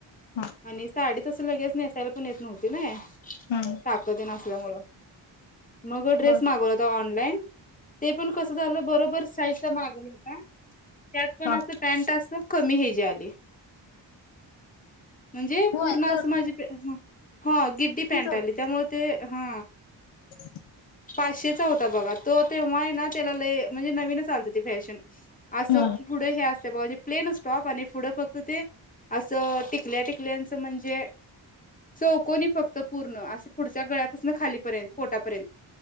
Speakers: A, on the left (about 70°); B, on the left (about 15°).
A: हा
B: आणि साडी तसं लगेच न त्याला पण येत नव्ह ना
A: हम्म
B: ताकदी नसल्यामुळं मग ड्रेस
A: बर
B: मागवलाता ऑनलाइन ते पण कस झालं बरोबर साईजचा माग होता त्यात पण
A: हा.
B: असं पॅन्ट असं कमी हेजे आले म्हणजे
A: हो
B: पूर्ण
A: याच्यावर
B: अस माझी ह गिडडी
A: कितीच
B: पॅन्ट
A: होत.
B: आली त्यामुळे ते हा
A: <unintelligible>
B: आशेचा होता बघा तो तेव्हा आहे ना त्याला ल म्हणजे नवीन चालत ते फॅशन असं
A: ह
B: पुढे हे असतं बा म्ह प्लेन स्टॉप आणि पुढं फक्त ते असं टिकल्या टिकल्याचं म्हणजे चौकोणी फक्त पूर्ण असं पुढच्या गळ्यापासून खालीपर्यंत पोटापर्यंत